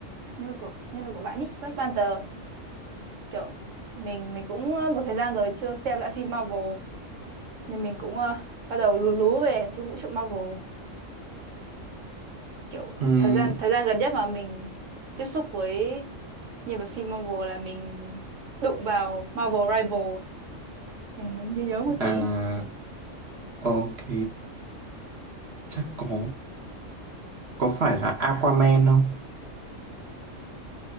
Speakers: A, on the right; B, on the right.
A: nhân vật của nhân vật của bạn ý Black Panther kiểu mình mình cũng ờ, một thời gian rồi chưa xem lại phim Marvel nên mình cũng ờ, bắt đầu lú lú về cái vũ trụ Marvel kiểu
B: Ừm,
A: thời gian thời gian gần nhất mà mình tiếp xúc với nhân vật phim Marvel là mình đụng vào Marvel Rival mình mới nhớ nhớ một
B: à
A: tí
B: ok chắc có có phải là Aquaman không